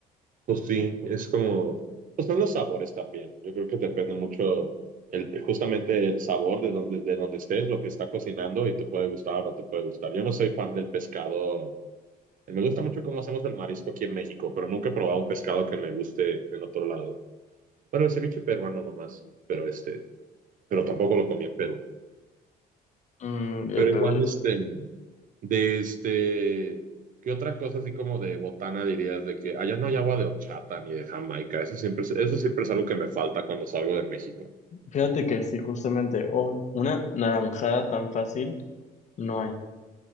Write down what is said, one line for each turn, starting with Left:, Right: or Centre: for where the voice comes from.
Right: Pues sí, es como, pues son los sabores también. Yo creo que depende mucho el, justamente el sabor de donde, de donde estés, lo que está cocinando y te puede gustar o no te puede gustar. Yo no soy fan del pescado. Me gusta mucho cómo hacemos el marisco aquí en México, pero nunca he probado un pescado que me guste en otro lado. Bueno, el ceviche peruano nomás, pero este, pero tampoco lo comí en Perú.
Left: Mm, en
Right: Pero
Left: Perú,
Right: igual
Left: dis-
Right: este, de este, ¿qué otra cosa así como de botana dirías de que allá no hay agua de horchata ni de Jamaica? Eso siempre, es- eso siempre es algo que me falta cuando salgo de México.
Left: fíjate que sí, justamente, oh, una naranjada tan fácil no hay.